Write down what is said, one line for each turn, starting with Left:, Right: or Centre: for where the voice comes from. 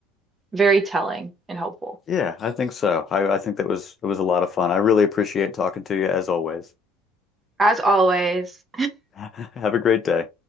Right: very telling and helpful.
Left: Yeah, I think so. I, I think that was it was a lot of fun. I really appreciate talking to you as always.
Right: As always,
Left: <laughs> Have a great day.